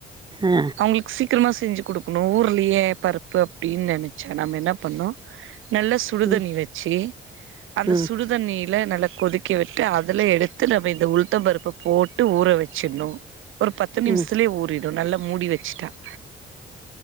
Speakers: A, on the right; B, on the right.
A: ஆ
B: அவுங்களுக்கு சீக்கிரமா செஞ்சு குடுக்கணும் ஊர் பெரிய பருப்பு அப்பிடின்னு நினைச்ச நம்ம என்ன பண்ணோ நல்லா சுடுதண்ணி
A: ம்
B: வச்சு அந்த
A: ம்
B: சுடுதண்ணியில நல்லா கொதிக்க விட்டு அதுல எடுத்து நம்ம இந்த உளுத்தபருப்பு போட்டு ஊற வச்சிடணும் ஒரு பத்து நிமிஷமலேய
A: ம்
B: ஊரிடு நல்லா மூடி வச்சுிட்டான்